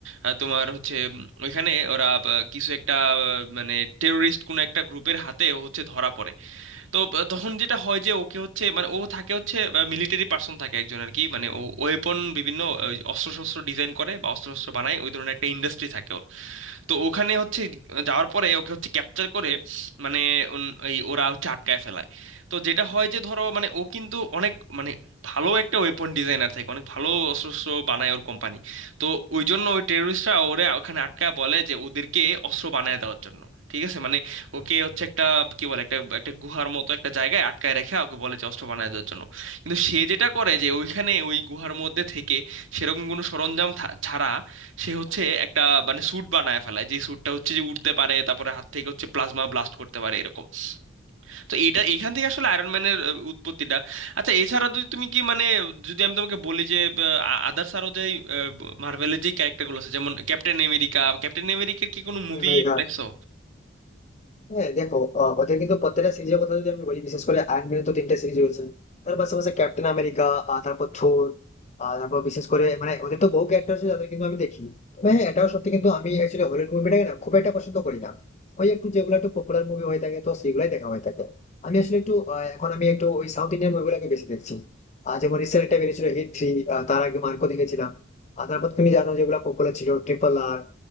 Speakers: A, on the right (about 75°); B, on the left (about 35°).
A: আহ, তোমার হচ্ছে উম, ওইখানে ওরা বা, কিছু একটা আহ, মানে টেরোরিস্ট কোনো একটা গ্রুপের হাতে ও হচ্ছে ধরা পড়ে তো আহ, তখন যেটা হয় যে ওকে হচ্ছে মানে ও থাকে হচ্ছে মিলিটারি পার্সন থাকে একজন আর কি মানে ও ওয়েপন বিভিন্ন অস্ত্র শস্ত্র ডিজাইন করে বা অস্ত্র শস্ত্র বানায় ওই ধরনের একটা ইন্ডাস্ট্রি থাকে ওদের তো ওখানে হচ্ছে যাওয়ার পরে ওকে হচ্ছে ক্যাপচার করে মানে উন- এই ওরা হচ্ছে আটকায় ফেলায় তো যেটা হয় যে ধরো মানে ও কিন্তু অনেক মানে ভালো একটা ওয়েপন ডিজাইনার থাকে অনেক ভালো অস্ত্র শস্ত্র বানায় ওর কোম্পানি তো ওই জন্য ওই টেররিস্টরা ওরে ওখানে আটকায় বলে যে ওদেরকে অস্ত্র বানায় দেওয়ার জন্য ঠিক আছে মানে ওকে হচ্ছে একটা কি বলে একটা একটা গুহার মতো একটা জায়গায় আটকায় রেখে ওকে বলে যে অস্ত্র বানায় দেওয়ার জন্য কিন্তু সে যেটা করে যে ওইখানে ওই গুহার মধ্যে থেকে সেরকম কোনো সরঞ্জাম থা- ছাড়া সে হচ্ছে একটা মানে স্যুট বানায় ফেলায় যে স্যুটটা হচ্ছে যে উঠতে পারে তারপরে হাত থেকে হচ্ছে প্লাজমা ব্লাস্ট করতে পারে এরকম তো এটা এখান থেকে আসলে আয়রন ম্যানের উৎপত্তিটা আচ্ছা এছাড়া যদি তুমি কি মানে যদি আমি তোমাকে বলি যে আদার্স আরো যাই মার্ভেলের যে ক্যারেক্টারগুলো আছে যেমন ক্যাপ্টেন আমেরিকা ক্যাপ্টেন আমেরিকার কি কোনো মুভি
B: হ্যাঁ
A: দেখছো
B: হ্যাঁ দেখো আহ, ওদের কিন্তু প্রত্যেকটা সিরিজের কথা যদি আমি বলি বিশেষ করে আয়রন ম্যানের তো তিনটা সিরিজ রয়েছে তার পাশাপাশি ক্যাপ্টেন আমেরিকা তারপর থোর আর তারপর বিশেষ করে মানে ওদের তো বহু ক্যারেক্টার আছে যাদের কিন্তু আমি দেখি তবে হ্যাঁ এটাও সত্যি কিন্তু আমি অ্যাকচুয়ালি হলিউড মুভিটাকে না খুব একটা পছন্দ করি না ওই একটু যেগুলো একটু পপুলার মুভি হয়ে থাকে তো সেগুলাই দেখা হয়ে থাকে আমি আসলে একটু আহ, এখন আমি একটু ওই সাউথ ইন্ডিয়ান মুভিগুলোকে বেশি দেখছি আর যেমন রিসেন্ট একটা বেরিয়েছিল হিট থ্রি তার আগে মার্কো দেখেছিলাম আর তারপর তুমি জানো যেগুলো পপুলার ছিল ট্রিপল আর